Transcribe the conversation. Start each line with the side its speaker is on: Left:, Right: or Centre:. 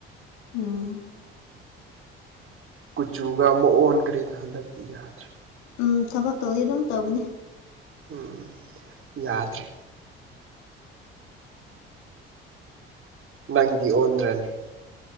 Left: ꯑ
Right: ꯀꯨꯆꯨꯒ ꯑꯃꯨꯛ ꯑꯣꯟꯈ꯭ꯔꯦꯗ ꯍꯟꯗꯛꯇꯤ ꯌꯥꯗ꯭ꯔꯦ
Left: ꯎꯝ ꯊꯕꯛꯇꯧꯗꯤ ꯑꯗꯨꯝ ꯇꯧꯕꯅꯦ
Right: ꯎꯝ ꯌꯥꯗ꯭ꯔꯦ ꯅꯪꯗꯤ ꯑꯣꯟꯗ꯭ꯔꯅꯤ